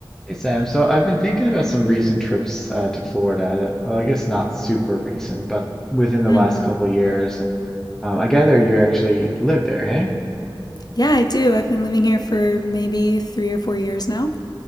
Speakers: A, in the centre; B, on the left (about 50°).
A: Hey Sam, so I've been thinking about some recent trips uh, to Florida. that- Well, I guess not super recent, but within the
B: Mm-hmm.
A: last couple of years. And um, I gather you actually live there, hey?
B: Yeah, I do. I've been living here for maybe three or four years now.